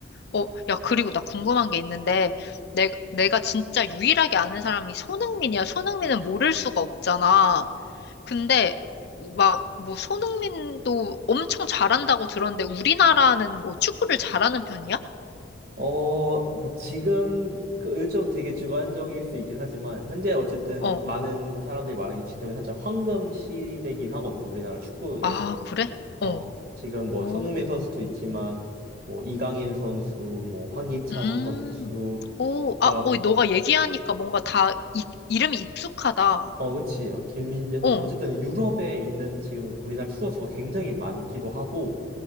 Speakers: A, on the left; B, on the right.
A: 어, 야, 그리고 나 궁금한 게 있는데, 내, 내가 진짜 유일하게 아는 사람이 손흥민이야. 손흥민은 모를 수가 없잖아. 근데, 막, 뭐, 손흥민도 엄청 잘한다고 들었는데, 우리나라는 뭐, 축구를 잘하는 편이야?
B: 어, 뭐 지금 그 요즘 되게 주관적일 수 있긴 하지만 현재 어쨌든
A: 어.
B: 많은 사람들이 말하기 지금이 살짝 황금 시대긴 하거든. 우리나라 축구에서.
A: 아, 그래? 어.
B: 어, 지금 뭐
A: 오.
B: 손흥민 선수도 있지만 뭐 이강인 선수, 뭐 황희찬
A: 음.
B: 선수
A: 오,
B: 막
A: 아, 어, 너가 얘기하니까 뭔가 다, 이, 이름이 익숙하다.
B: 어, 그치. 막 김민재 선수.
A: 어.
B: 어쨌든 유럽에 있는 지금 우리나라 축구 선수가 굉장히 많기도 하고